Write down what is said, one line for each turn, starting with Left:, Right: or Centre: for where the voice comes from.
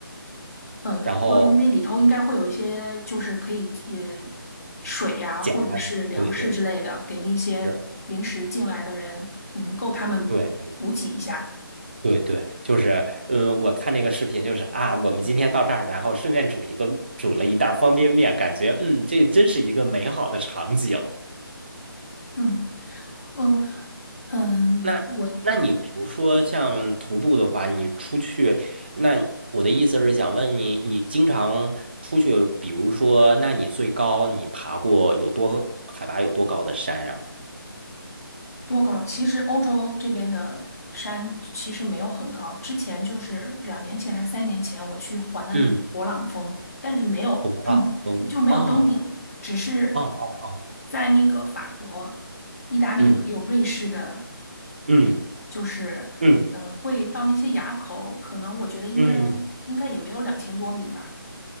Left: 嗯，
Right: 然后
Left: 就是因为里头应该会有一些，就是可以呃水呀、
Right: 简单，
Left: 或者是粮食之类的，
Right: 对对
Left: 给那些临时进来的人，
Right: 是，
Left: 嗯，够他们补给一下。
Right: 对对对，就是，嗯，我看那个视频，就是啊，我们今天到这儿，然后顺便煮一个，煮了一袋儿方便面，感觉，嗯，这真是一个美好的场景。
Left: 嗯嗯。嗯，
Right: 那，
Left: 我
Right: 那你比如说像徒步的话，你出去，那我的意思是想问你，你经常出去，比如说，那你最高你爬过有多，海拔有多高的山呀？
Left: 多高？其实欧洲这边的山其实没有很高。之前就是两年前还是三年前，我去环了那个勃朗峰，
Right: 嗯，
Left: 但是没有，
Right: 不到峰。
Left: <clears throat> 就没有登顶，
Right: 哦
Left: 只是
Right: 哦哦哦，
Left: 在那个法国、意大利还有瑞士的，
Right: 嗯嗯
Left: 就是嗯，
Right: 嗯
Left: 会到那些垭口，可能我觉得应该
Right: 嗯
Left: 应该也没有两千多米吧。